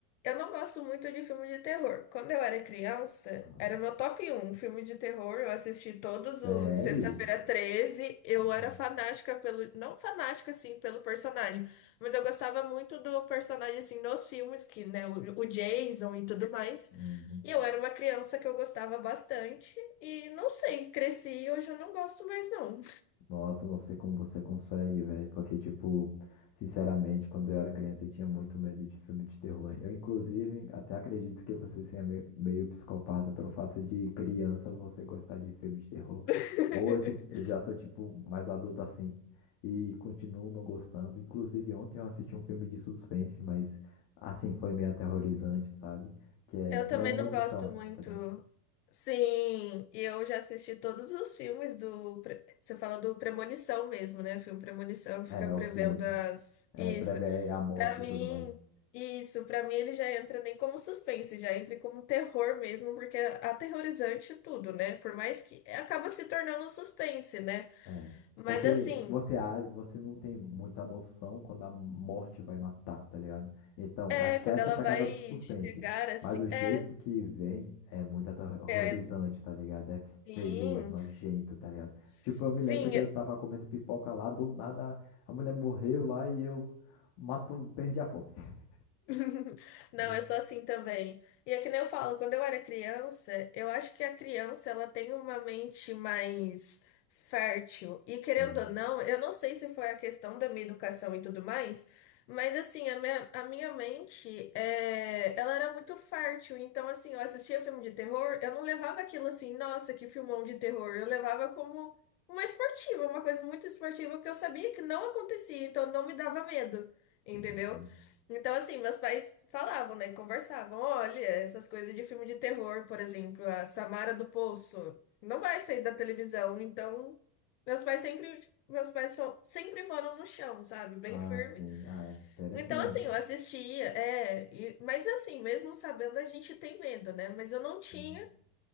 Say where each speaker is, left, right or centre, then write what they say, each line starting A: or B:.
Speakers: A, on the left; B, on the left.
A: Eu não gosto muito de filme de terror. Quando eu era criança,
B: Nossa.
A: era o meu top um filme de terror. Eu assisti todos
B: Sério?
A: os Sexta-feira 13. Eu
B: Não.
A: era fanática pelo. Não fanática, assim, pelo personagem. Mas eu gostava muito do personagem, assim, nos filmes, que, né, o, o Jason e tudo mais.
B: Uhum.
A: E eu era uma criança que eu gostava bastante. E não sei, cresci e hoje eu não gosto mais, não.
B: Nossa, não sei como você consegue, velho. Porque, tipo, sinceramente, quando eu era criança, eu tinha muito medo de filme de terror. Eu, inclusive, até acredito que você seja meio, meio psicopata pelo fato de criança você gostar de filme de terror.
A: <laughs>
B: Hoje, eu já sou, tipo, mais adulto assim. E continuo não gostando. Inclusive, ontem eu assisti um filme de suspense, mas, assim, foi meio aterrorizante, sabe? Que é
A: Eu
B: Premonição,
A: também não gosto muito.
B: tá ligado?
A: Sim, e eu já assisti todos os filmes do. Pre- Você fala do Premonição mesmo, né? Filme Premonição que
B: É,
A: fica
B: o
A: prevendo
B: filme.
A: as.
B: É,
A: Isso.
B: prevê a morte
A: Pra mim,
B: e tudo mais.
A: isso. Pra mim, ele já entra nem como suspense, já entra como terror mesmo, porque é aterrorizante tudo, né? Por mais que acaba se tornando um suspense, né?
B: É.
A: Mas
B: Porque
A: assim,
B: você age, você não tem muita noção quando a morte vai matar, tá ligado? Então,
A: é,
B: acho
A: quando
B: que essa
A: ela
B: é a pegada
A: vai
B: do suspense.
A: chegar assim.
B: Mas o jeito
A: É,
B: que vem é muito aterrorizante,
A: é,
B: tá ligado? É
A: sim.
B: feio, é nojento, tá ligado?
A: Sim,
B: Tipo, eu me lembro que eu tava comendo pipoca lá, do nada a mulher morreu lá e eu mato, perdi a fome. <laughs>
A: <laughs> Não,
B: Hum.
A: eu sou assim também. E é que nem eu falo, quando eu era criança, eu acho que a criança ela tem uma mente mais fértil. E querendo
B: Sim,
A: ou não, eu não sei se foi a questão da minha educação e tudo mais, mas assim, a minha, a minha mente, é, ela era muito fértil. Então, assim, eu assistia filme de terror, eu não levava aquilo assim, nossa, que filmão de terror. Eu levava como uma esportiva, uma coisa muito esportiva, que eu sabia que não acontecia, então não me dava medo. Entendeu?
B: sim, sim.
A: Então, assim, meus pais falavam, né? Conversavam. Olha, essas coisas de filme de terror, por exemplo, a Samara do Poço não vai sair da televisão. Então, meus pais sempre, meus pais só, sempre foram no chão, sabe? Bem
B: Ah,
A: firme.
B: sim. Ah, interessante.
A: Então, assim, eu assistia, é, e- mas assim, mesmo sabendo, a gente tem medo, né? Mas eu não tinha.
B: Uhum,